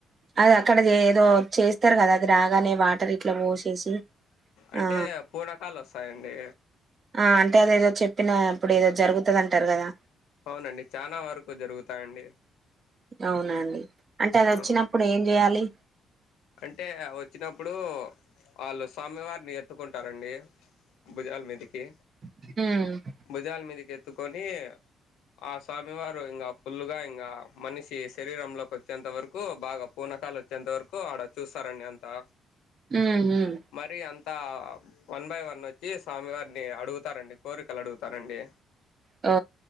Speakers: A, on the right; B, on the left.
A: అది అక్కడది ఏదో చేస్తారు కదా అది రాగానే వాటరి ఇట్ల పోసేసి
B: అంటే
A: ఆ
B: పూనకాలు వస్తాయండి
A: ఆ అంటే అదేదో చెప్పిన అప్పుడు ఏదో జరుగుతది అంటారు కదా
B: అవునండి చాన వరకు జరుగుతాయండీ
A: అవునండి అంటే అది వచ్చినప్పుడు
B: ఆ
A: ఏం చేయాలి?
B: అంటే వచ్చినప్పుడు వాళ్ళు స్వామివారిని ఎత్తుకుంటారండి. భుజాలమీదికి
A: మ్
B: భుజాల మీదకి ఎత్తుకొని ఆ స్వామివారు ఇంగ ఫుల్లుగా ఇంగ మనిషి శరీరంలోకి వచ్చేంత వరకు బాగ పూనాకాలు వచ్చేంత వరకు ఆడ చూస్తారండి అంతా
A: మ్ హ్మ్
B: మరి అంతా వన్ బై వన్ వచ్చి, స్వామి వారిని అడుగుతారండి, కోరికలు అడుగుతారండి.
A: ఆ